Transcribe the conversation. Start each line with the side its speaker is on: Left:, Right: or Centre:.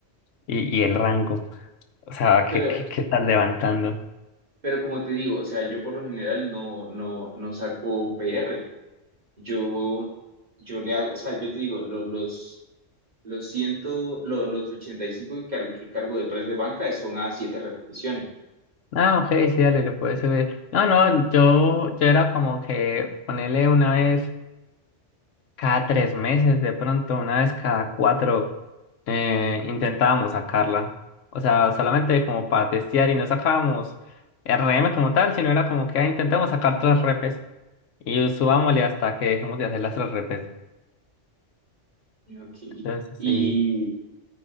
Left: y, y el rango. O sea,
Right: pero,
Left: ¿qué, qué, qué estás levantando?
Right: pero como te digo, o sea, yo por lo general no, no, no saco PR. Yo, yo le hago, o sea, yo te digo, lo- los, los ciento, lo- los 85 que, car- que cargo de press de banca son a 7 repeticiones.
Left: Ah, ok, sí, dale, lo puedes subir. No, no, yo, yo era como que ponerle una vez. cada tres meses, de pronto, una vez cada cuatro, eh, intentábamos sacarla. O sea, solamente como para testear y no sacábamos RM como tal, sino era como que ah, intentamos sacar tres repes y subámosle hasta que dejemos de hacer las tres repes.
Right: Ok.
Left: Entonces,
Right: Y,
Left: sí.